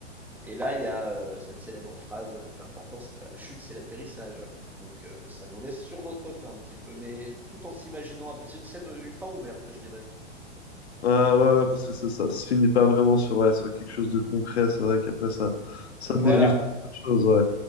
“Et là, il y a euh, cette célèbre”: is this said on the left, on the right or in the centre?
Centre